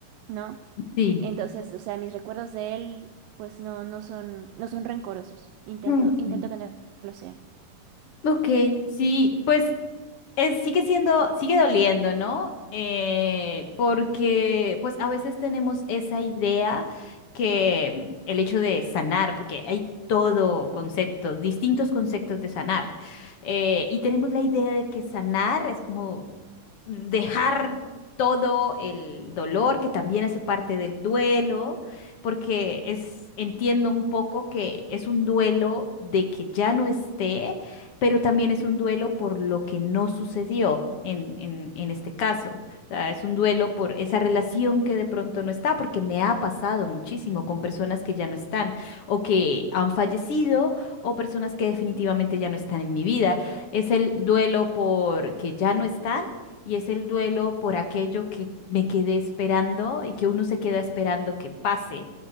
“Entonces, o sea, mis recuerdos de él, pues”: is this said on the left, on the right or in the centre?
Right